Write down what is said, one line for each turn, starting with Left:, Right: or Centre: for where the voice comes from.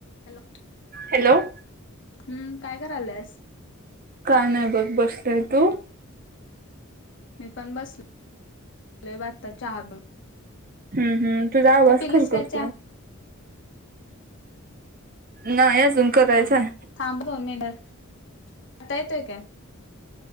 Left: Hello
Right: hello.
Left: हम्म, काय कराल्यास?
Right: काय नाही बघ, बसलोय तू?
Left: मी पण बसलोय बघ आत्ता चहा पिऊन.
Right: हम्म हम्म तुझा आवाज
Left: तू पिलीस
Right: खरखरतोय
Left: काय चहा?
Right: नाही अजून करायचंय
Left: हा हा थांबतो दोन मिंनट, आता येतोय काय?